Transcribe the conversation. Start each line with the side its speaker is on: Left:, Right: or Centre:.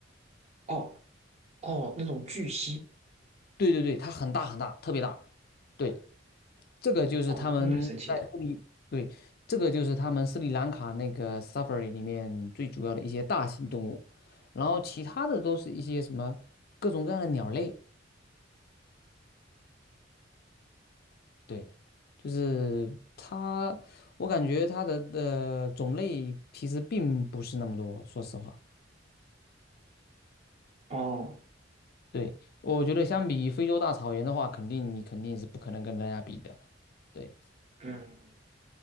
Right: 哦哦，那种巨蜥，
Left: 对对对，它很大很大，特别大。对，这个就是他们在斯里，
Right: 哦，那蛮神奇的。
Left: 对，这个就是他们斯里兰卡那个 safari 里面最主要的一些大型动物，然后其他的都是一些什么各种各样的鸟类。对，就是它，我感觉它的的种类其实并不是那么多，说实话。
Right: 哦，
Left: 对，我觉得相比非洲大草原的话，肯定你肯定是不可能跟人家比的。对，
Right: 嗯。